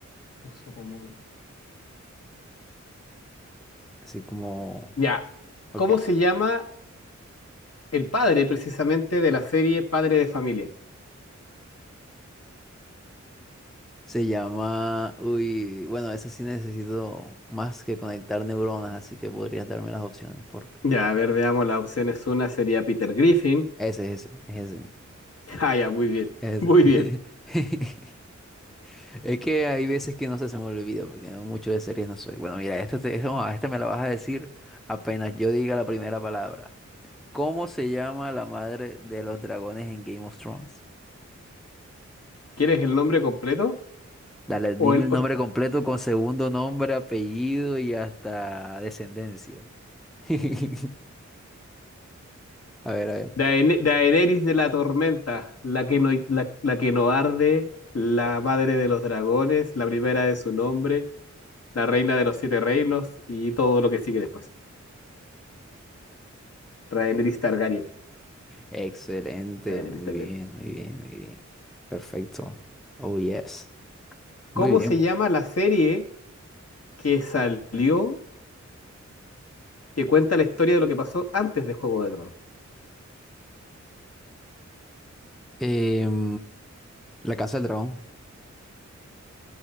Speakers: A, on the left; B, in the centre.
A: uso común.
B: Así como...
A: Ya,
B: Ok.
A: ¿cómo se llama el padre precisamente de la serie Padre de Familia?
B: Se llama, uy, bueno, ese sí necesito más que conectar neuronas, así que podrías darme las opciones, por favor.
A: Ya, a ver, veamos las opciones. Una sería Peter Griffin.
B: Ese, ese, es ese,
A: <laughs> Ah, ya, muy bien,
B: es
A: <laughs> muy
B: ese.
A: bien.
B: <laughs> Es que hay veces que no sé, se me olvida, porque no- mucho de series no soy. Bueno, mira, esta, te- esta, no, esta me la vas a decir apenas yo diga la primera palabra. ¿Cómo se llama la madre de los dragones en Game of Thrones?
A: ¿Quieres el nombre completo?
B: Dale, dime
A: O el
B: el
A: o-
B: nombre completo con segundo nombre, apellido y hasta descendencia. <laughs> A ver, a ver.
A: Daene- Daenerys de la Tormenta, la que no, la, la que no arde, la madre de los dragones, la primera de su nombre. la reina de los siete reinos y todo lo que sigue después. Rhaenys Targaryen.
B: Excelente,
A: Rhaenys
B: muy
A: Targaryen.
B: bien, muy bien, muy bien. Perfecto. Oh, yes. Muy
A: ¿Cómo
B: bien.
A: se llama la serie que salió que cuenta la historia de lo que pasó antes de Juego de Tronos?
B: Em, la Casa del Dragón,